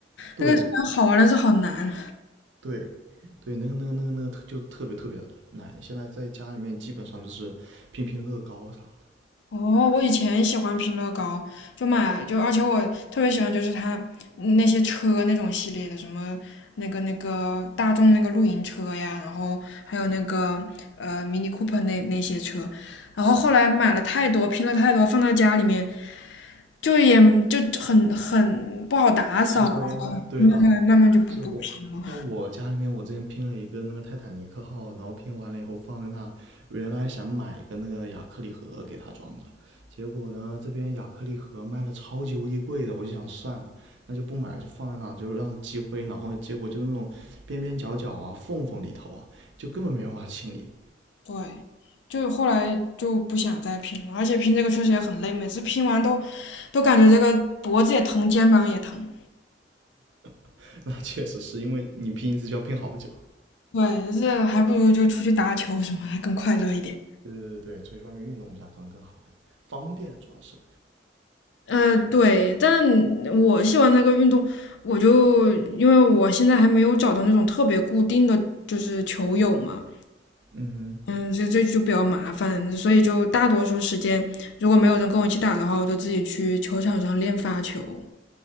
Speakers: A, on the right; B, on the left.
A: 对
B: 那个虽然好玩，但是好难。
A: 对对，那个那个那个那个特就特别特别的难，现在在家里面基本上就是拼拼乐高啥的，
B: 哦，我以前喜欢拼乐高，就买就，而且我特别喜欢就是它嗯那些车那种系列的，什么那个那个大众那个露营车呀，然后还有那个呃 Mini Cooper 那那些车，然后后来买了太多，拼了太多，放到家里面就也就很很不好打扫，
A: 积灰，
B: 然后后
A: 对的，
B: 来慢慢就不不拼了。
A: 是我像我家里面，我之前拼了一个那个泰坦尼克号，然后拼完了以后放在那，原来想买一个那个亚克力盒给它装着，结果呢这边亚克力盒卖的超级无敌贵的，我就想算了，那就不买，了，就放在那，就让积灰，然后结果就是那种边边角角啊、缝缝里头啊，就根本没办法清理。
B: 对，就后来就不想再拼了，而且拼这个确实也很累，每次拼完都都感觉这个脖子也疼，肩膀也疼。
A: <laughs> 那确实是因为你拼一次就要拼好久。
B: 对，这还不如就出去打球什么，还更快乐一点。
A: 对对对对，出去外面运动一下可能更好一点，方便主要是。
B: 呃，对，但我喜欢那个运动，我就因为我现在还没有找到那种特别固定的就是球友嘛，
A: 嗯哼。
B: 嗯，这这就比较麻烦，所以就大多数时间如果没有人跟我一起打的话，我就自己去球场上练发球。